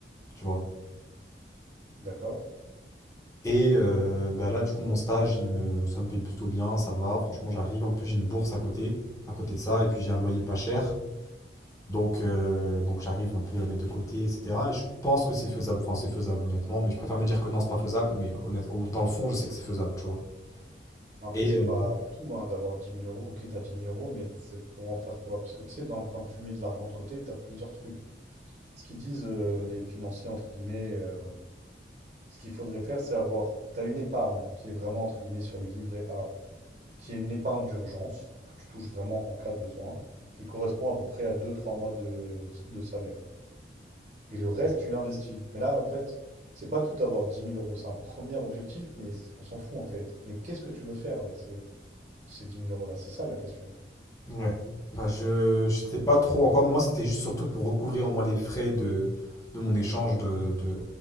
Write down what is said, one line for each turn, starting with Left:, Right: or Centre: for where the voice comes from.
Left: tu vois.
Right: D'accord.
Left: Et euh, bah là, du coup, mon stage, il me, ça me paye plutôt bien, ça va. Franchement, j'arrive. En plus, j'ai une bourse à côté, à côté de ça, et puis j'ai un loyer pas cher. Donc, euh, donc j'arrive un peu à mettre de côté, etc. Et je pense que c'est faisable. Enfin, c'est faisable, honnêtement. Mais je préfère me dire que non, c'est pas faisable. Mais honnêtement, dans le fond, je sais que c'est faisable, tu vois.
Right: Après,
Left: Et
Right: c'est
Left: euh,
Right: pas tout hein, d'avoir dix mille euros. Ok, t'as dix mille euros, mais c'est pour en faire quoi? Parce que tu sais, dans- quand tu mets de l'argent de côté, t'as plusieurs trucs. Ce qu'ils disent euh, les financiers, entre guillemets, euh, ce qu'il faudrait faire, c'est avoir. T'as une épargne qui est vraiment, entre guillemets, sur le livret A, qui est une épargne d'urgence, que tu touches vraiment en cas de besoin, qui correspond à peu près à deux trois mois de, de salaire. Et le reste, tu l'investis. Mais là, en fait, c'est pas tout d'avoir dix mille euros. C'est un premier objectif, mais on s'en fout, en fait. Mais qu'est-ce que tu veux faire avec ces. Ces dix mille euros là, c'est ça la question.
Left: ouais. Bah, je, je sais pas trop encore. Moi, c'était juste surtout pour recouvrir au moins les frais de, de mon échange de, de, de